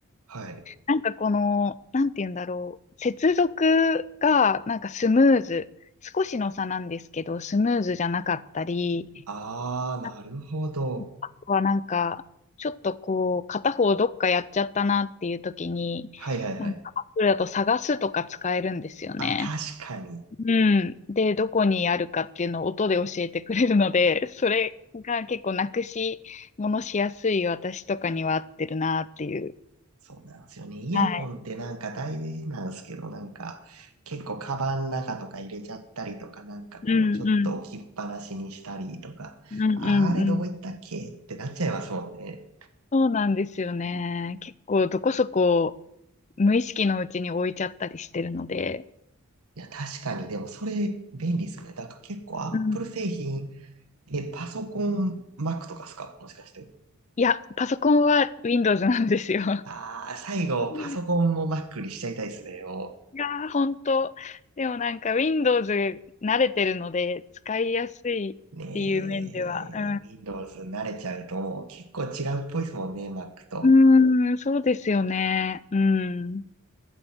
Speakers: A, on the right; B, on the left.
A: はい。
B: なんかこの、なんて言うんだろう。接続がなんかスムーズ。少しの差なんですけど、スムーズじゃなかったり、
A: あー、
B: あ
A: なるほど。
B: あとはなんか、ちょっとこう、片方どっかやっちゃったなっていう時に、
A: はいはいはい。
B: なんかアプリだと探すとか使えるんですよね。
A: あ、確かに。
B: うん。で、どこにあるかっていうのを音で教えてくれるので、それが結構なくし、ものしやすい私とかには合ってるなっていう。
A: そうなんですよね。イヤホンってなんか大事なんですけど、
B: はい。
A: なんか結構カバンの中とか入れちゃったりとか、なんかこうちょっと置きっぱなしにしたりとか、
B: うんうん。うんうんうん。
A: あれどこ行ったっけってなっちゃいますもんね。
B: そうなんですよね。結構どこそこ無意識のうちに置いちゃったりしてるので。
A: いや、確かに、でもそれ便利ですよね。だから結構 Apple
B: うん。
A: 製品、え、パソコン Mac とかですかもしかして。
B: いや、パソコンは Windows なんですよ。
A: ああ、最後パソコンも
B: うん
A: Mac にしちゃいたいですね。も
B: いやー、本当。でもなんか Windows 慣れてるので使いやすいっていう面では。
A: うねえ、
B: う
A: Windows 慣れちゃうともう結構違うっぽいですもんね、Mac と。
B: ん。うーん、そうですよね。うん。